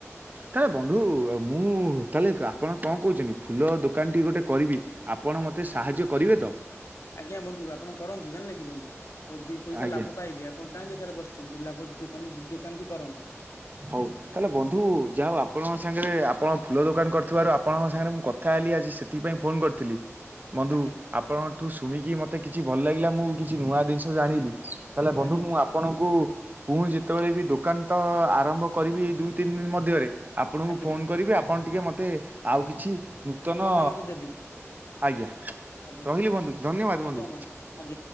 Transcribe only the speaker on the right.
ତାହେଲେ ବନ୍ଧୁ ମୁଁ ତାହେଲେ ଆପଣ କଣ କହୁଛନ୍ତି ଫୁଲ ଦୋକାନଟି ଗୋଟେ କରିବି? ଆପଣ ମୋତେ ସାହାଯ୍ୟ କରିବେ ତ?
ଆଜ୍ଞା
ହଉ ତାହେଲେ ବନ୍ଧୁ ଯାହା ହଉ ଆପଣଙ୍କ ସାଙ୍ଗରେ ଆପଣ ଫୁଲ ଦୋକାନ କରିୁଥିବାରୁ ଆପଣଙ୍କ ସାଙ୍ଗରେ ମୁଁ କଥା ହେଲି ଆଜି ସେଥିପାଇଁ ଫୋନ୍ କରିଥିଲି ବନ୍ଧୁ
ଆପଣଙ୍କଠୁ ଶୁଣିକି ମତେ କିଛି ଭଲ ଲାଗିଲା ମୁଁ କିଛି ନୂଆ ଜିନିଷ ଜାଣିଲି। ତାହେଲେ ବନ୍ଧୁ
ମୁଁ ଆପଣଙ୍କୁ ପୁଣି ଯେତେବେଳେ ବି ଦୋକାନ ତ ଆରମ୍ଭ କରିବି ଦୁଇ ତିନି ଦିନ ମଧ୍ୟରେ ଆପଣଙ୍କୁ
ଫୋନ କରିବି ଆପଣ ଟିକି ମତେ ମତେ ଆଉ କିଛି ନୂତନ
ଆଜ୍ଞା।
ରହିଲି ବନ୍ଧୁ ଧନ୍ୟବାଦ
ବନ୍ଧୁ।